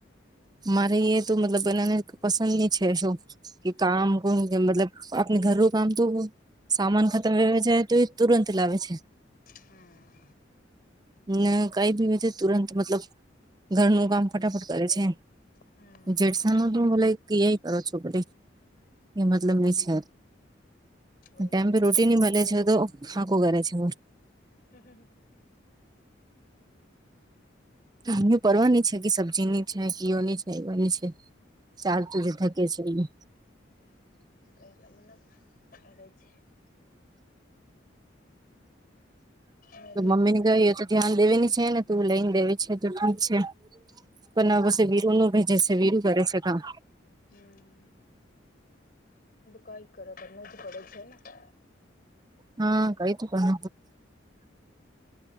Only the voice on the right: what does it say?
મારે એ તો મતલબ એનાને પસંદ ની છે, શું કે કામણ કે મતલબ, આપણે ઘરું કામ તો સામાન ખતમ વવા જાય તો, એ તુરંત લાવે છે.
ના કઈ ભી છે, તુરંત મતલબ ઘરનું કામ ફટાફટ કરે છે.
જેડસા નો તો મ કય કરો છો, બ એ મતલબ છે.
ટાઈમ
પે રોટી નની મળે છે, તો ખાંખું કરે છે.
અ પડવાની છે કે, સબ્જી ની છે, કીઓની છે, એવાની છે. ચાલચુડી ધકે છેરી.
તો
મમ્મી ને કહી એ તો ધ્યાન દેવીની છે ને, તું લઈને દેવી છે, તો ઠીક છે.
પણ ના બસ વિર નું ભેજે છે, વિરું કરે છે કામ.
હા, કઈથી પણ